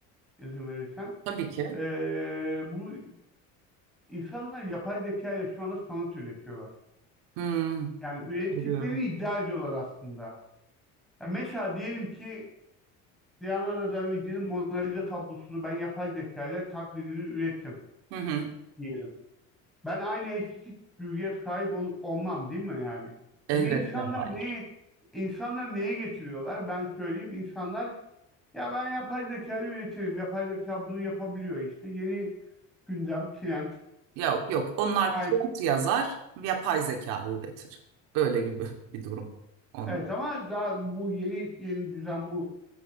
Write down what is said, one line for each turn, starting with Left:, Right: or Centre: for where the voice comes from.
Centre: izin verirsen?
Right: Tabii ki.
Centre: Ee, bu insanlar yapay zeka ile şu anda sanat üretiyorlar.
Right: Hmm,
Centre: Yani ürettikleri
Right: biliyorum.
Centre: iddia ediyorlar aslında. Ya mesela diyelim ki Leonardo da Vinci'nin Mona Lisa tablosunu ben yapay zeka ile taklidini ürettim
Right: Hı hı.
Centre: diyelim. Ben aynı estetik duyguya sahip ol- olmam değil mi yani?
Right: Elbette
Centre: Çünkü insanlar
Right: hayır.
Centre: neye, insanlar neye getiriyorlar? Ben söyleyeyim insanlar Ya ben yapay zekayla üretirim. Yapay zeka bunu yapabiliyor işte. Yeni gündem, trend,
Right: Yok yok. Onlar
Centre: hype.
Right: kod yazar, yapay zeka üretir. Öyle gibi bir durum. Onlar.
Centre: Evet ama daha bu yeni yeni düzen bu.